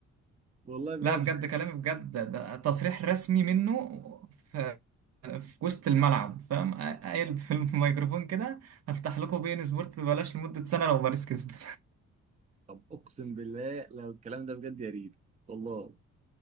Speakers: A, on the right; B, on the right.
A: والله بجد
B: لا بجد
A: <laughs>
B: كلامي بجد ده تصريح رسمي منه ف- في وسط الملعب فاهم قايل في الميكروفون كده هفتح لكم بي ان سبورتس ببلاش لمدة سنة لو باريس كسبت
A: طب اقسم بالله لو الكلام ده بجد يا ريت والله